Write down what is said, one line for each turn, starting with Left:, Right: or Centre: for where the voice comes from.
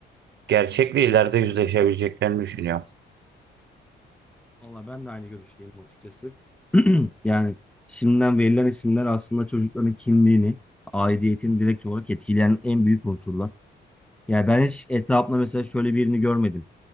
Right: gerçekle ileride yüzleşebileceklerini düşünüyorum.
Centre: Valla ben de aynı görüşteyim açıkçası. Yani şimdiden verilen isimler aslında çocukların kimliğini, aidiyetini direkt olarak etkileyen en büyük unsurlar. Yani ben hiç etrafımda mesela şöyle birini görmedim.